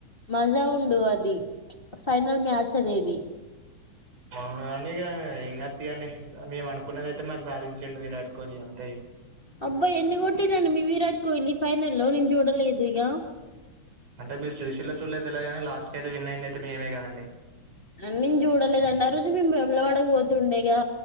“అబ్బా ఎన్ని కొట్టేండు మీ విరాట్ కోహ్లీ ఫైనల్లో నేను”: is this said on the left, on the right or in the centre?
Left